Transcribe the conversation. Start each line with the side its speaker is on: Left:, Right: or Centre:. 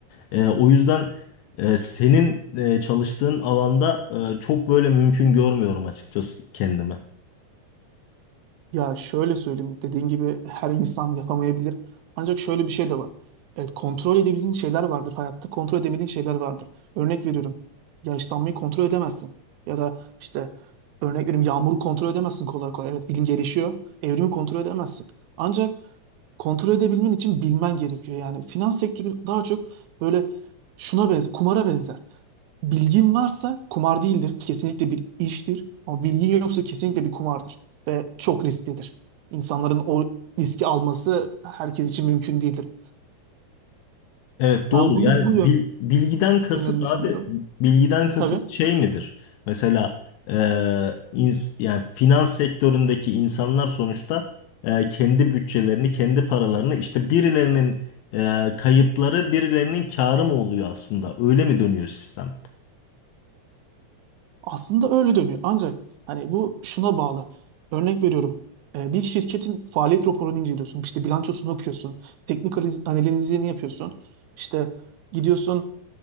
Left: E, o yüzden e, senin e, çalıştığın alanda e, çok böyle mümkün görmüyorum açıkçası kendime.
Right: Ya şöyle söyleyeyim, dediğin gibi her insan yapamayabilir. Ancak şöyle bir şey de var. Evet, kontrol edebildiğin şeyler vardır hayatta, kontrol edemediğin şeyler vardır. Örnek veriyorum, yaşlanmayı kontrol edemezsin. Ya da işte örnek veriyorum, yağmuru kontrol edemezsin kolay kolay. Evet, bilim gelişiyor, evrimi kontrol edemezsin. Ancak kontrol edebilmen için bilmen gerekiyor. Yani finans sektörü daha çok böyle şuna benzer, kumara benzer. Bilgin varsa kumar değildir, kesinlikle bir iştir. Ama bilgin yoksa kesinlikle bir kumardır ve çok risklidir. İnsanların o riski alması herkes için mümkün değildir.
Left: Evet doğru
Right: Ben bunu
Left: yani
Right: bu
Left: bil- bilgiden kasıt
Right: yönden düşünüyorum.
Left: abi bilgiden kasıt
Right: Tabii.
Left: şey midir? Mesela e, ins- yani finans sektöründeki insanlar sonuçta e, kendi bütçelerini kendi paralarını işte birilerinin e, kayıpları birilerinin kârı mı oluyor aslında öyle mi dönüyor sistem?
Right: Aslında öyle dönüyor. Ancak hani bu şuna bağlı. Örnek veriyorum. Ee, Bir şirketin faaliyet raporunu inceliyorsun. İşte bilançosunu okuyorsun. Teknik analiz- analizini yapıyorsun. İşte gidiyorsun